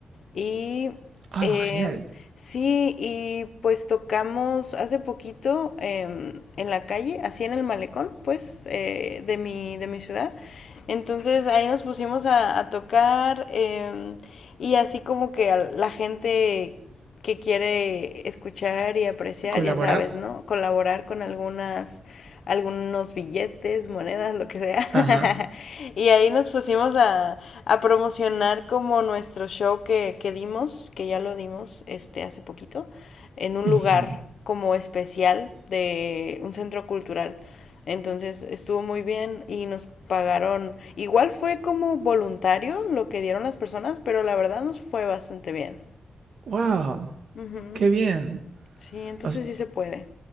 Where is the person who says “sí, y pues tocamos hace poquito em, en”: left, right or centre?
Left